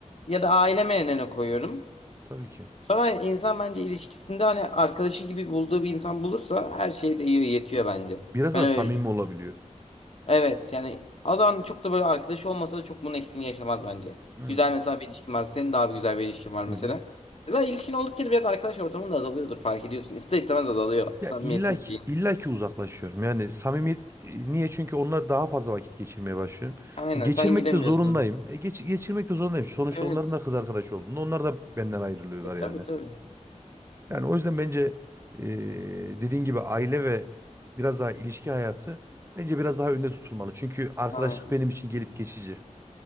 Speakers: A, on the left (about 55°); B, on the right (about 20°).
A: ya da aileme önüne koyuyorum.
B: tabii ki.
A: Sonra insan bence ilişkisinde hani arkadaşı gibi bulduğu bir insan bulursa her şey de iyi yetiyor bence.
B: Biraz
A: Ben
B: daha
A: öyle
B: samimi
A: düşünüyorum.
B: olabiliyor.
A: Evet yani o zaman çok da böyle arkadaşı olmasa da çok bunun eksiğini yaşamaz bence.
B: Evet.
A: Güzel mesela bir ilişkin var. Senin daha bir güzel bir ilişkin var mesela.
B: Hı hı.
A: Zaten ilişkin oldukça da biraz arkadaş ortamın da azalıyordur fark ediyorsun. İster istemez azalıyor
B: Ya
A: samimiyetin
B: illa ki,
A: şeyin.
B: illa ki uzaklaşıyorum. Yani samimiyet e, niye? Çünkü onunla daha fazla vakit geçirmeye başlıyorum.
A: Aynen
B: E, geçirmek
A: sen gidemiyorsun.
B: de zorundayım. E, geç, geçirmek de zorundayım. Sonuçta
A: Evet.
B: onların da kız arkadaşı olduğunda onlar da benden ayrılıyorlar
A: E,
B: yani.
A: tabii tabii.
B: Yani o yüzden bence e, dediğin gibi aile ve biraz daha ilişki hayatı bence biraz daha önde tutulmalı. Çünkü arkadaşlık
A: Aynen.
B: benim için gelip geçici.